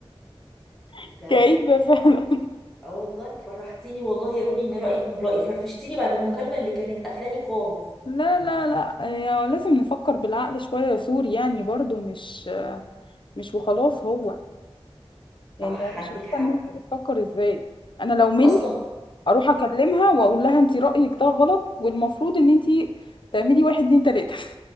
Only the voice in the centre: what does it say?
لا
لا لا
اه والله فرحتيني والله يا روني ان رايك من رايي فرفشتيني بعد المكالمه اللي كانت قفلاني خالص
صح
عندك
حق
اصلا